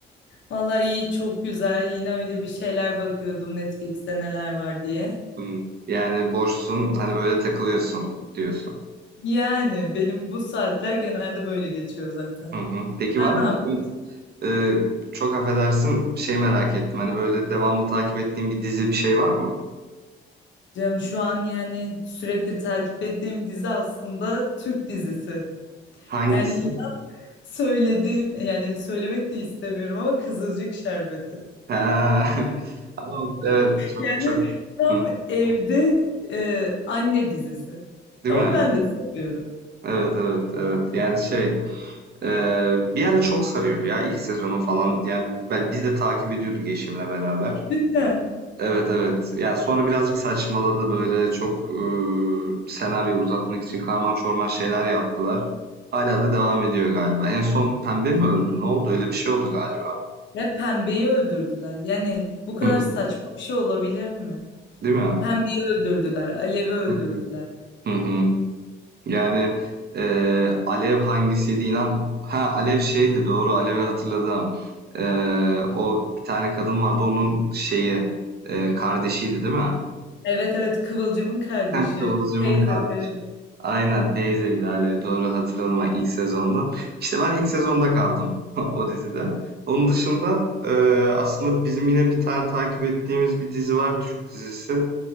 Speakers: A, on the left; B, on the right.
A: Vallahi iyi, çok güzel. Yine öyle bir şeyler bakıyordum Netflix'te neler var diye.
B: Hmm, yani boşsun, hani böyle takılıyorsun diyorsun.
A: Yani benim bu saatler genelde böyle geçiyor zaten.
B: Hı hı. Peki
A: Sen
B: var
A: ne
B: mı
A: yapıyorsun?
B: hiç böyle- Ee, çok affedersin, bir şey merak ettim. Hani böyle devamlı takip ettiğin bir dizi bir şey var mı?
A: Canım şu an yani sürekli takip ettiğim dizi aslında Türk dizisi.
B: Hangisi?
A: Yani inan söylediğim yani söylemek de istemiyorum ama Kızılcık Şerbeti.
B: Ha. <laughs> Ama evet, çok
A: Yani
B: çok.
A: tam
B: Hı,
A: evde e, anne dizisi.
B: Değil
A: Ama
B: mi?
A: ben de seviyorum.
B: Evet evet evet yani şey e, bir ara çok sarıyordu ya ilk sezonu falan yani ben, biz de takip ediyorduk eşimle beraber
A: Cidden.
B: Evet evet. Yani sonra birazcık saçmaladı böyle çok e, senaryoyu uzatmak için karman çorman şeyler yaptılar. Hala da devam ediyor galiba. En son Pembe mi öldü? Ne oldu? Öyle bir şey oldu galiba.
A: Ve pembeyi öldürdüler. Yani bu kadar
B: Hı,
A: saçma bir şey olabilir mi?
B: Değil mi?
A: Pembeyi öldürdüler. Alev'i öldürdüler.
B: Hı hı. Hı hı. Yani e, Alev hangisiydi? İnan ha Alev şeydi doğru Alev'i hatırladım. E, o bir tane kadın vardı onun şeyi e, kardeşiydi değil mi?
A: Evet evet Kıvılcım'ın kardeşi.
B: Ha, Kıvılcım'ın
A: Teyze
B: kardeşi.
A: teyze.
B: Aynen teyzeydi Alev doğru hatırladım bak ilk sezonda. İşte ben ilk sezonda kaldım <laughs> o dizide. Onun dışında e, aslında bizim yine bir tane takip ettiğimiz bir dizi var Türk dizisi.